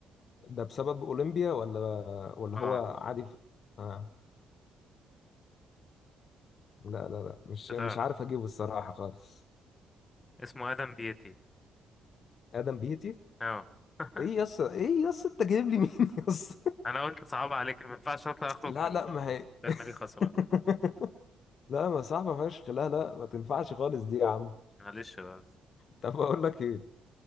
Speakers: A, on the left; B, on the left.
A: ده بسبب اولمبيا ولا ولا هو
B: اه
A: عادي ف... آه. لا لا لا مش
B: مش هتعرف
A: مش عارف اجيبه الصراحه خالص
B: اسمه ادم بيتي
A: ادم بيتي
B: اه <laughs>
A: ايه يس ايه يس انت جايب لي مين يس
B: انا قلت صعب عليك ما ينفعش اطلع
A: <laughs>
B: اخرج
A: لا
B: من
A: لا
B: ال-
A: ما هي
B: الكلمه دي خسران
A: <laughs> لا ما صعبه فشخ لا لا ما تنفعش خالص دي يا عم
B: معلش بس
A: طب اقول لك ايه